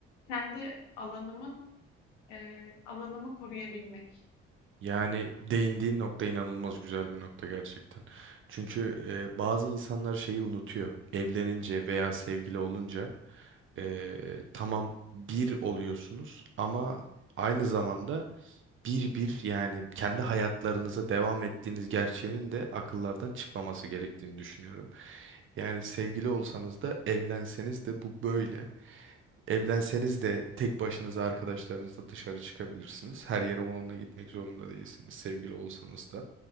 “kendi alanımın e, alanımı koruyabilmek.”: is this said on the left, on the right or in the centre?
Left